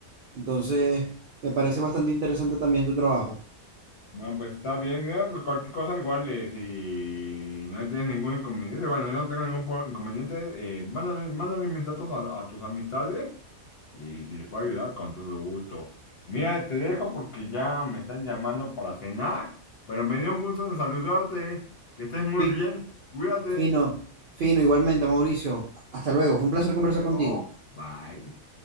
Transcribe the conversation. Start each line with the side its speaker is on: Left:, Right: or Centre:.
Right: Entonces, me parece bastante interesante también tu trabajo.
Left: No, pues está bien, ¿no? Pues cualquier cosa igual, eh, si no tienes ningún inconveniente, bueno, yo no tengo ningún po- inconveniente, eh, mándale, mándale mis datos a, a tus amistades y si les puedo ayudar, con todo gusto. Mira, te dejo porque ya me están llamando para cenar, pero me dio un gusto en saludarte, que estés muy
Right: Fi-
Left: bien, cuídate,
Right: Fino, fino, igualmente, Mauricio. Hasta luego. Fue un placer
Left: hasta
Right: conversar
Left: luego,
Right: contigo.
Left: bye.